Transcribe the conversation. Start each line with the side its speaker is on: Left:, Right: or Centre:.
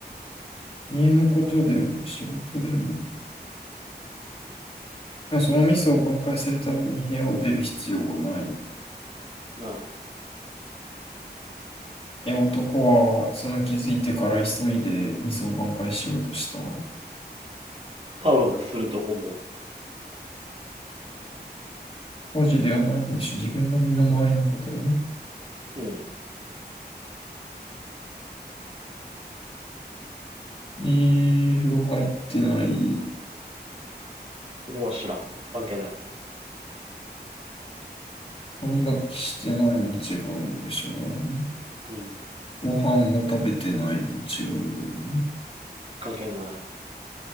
Left: 家のことでも仕事でもない。そのミスを挽回するために部屋を出る必要はない。い
Right: ない。
Left: や、男はその気づいてから急いでミスを挽回しようとした。
Right: 多分すると思
Left: 家事ではないんでしょ。自分の身の回りのこと。
Right: う。うん。
Left: いい風呂入ってない。
Right: 風呂は知らん。関係ない。
Left: 歯磨きしてないも違うんでしょう。
Right: うん。
Left: ご飯を食べてないも違う。
Right: 関係ない。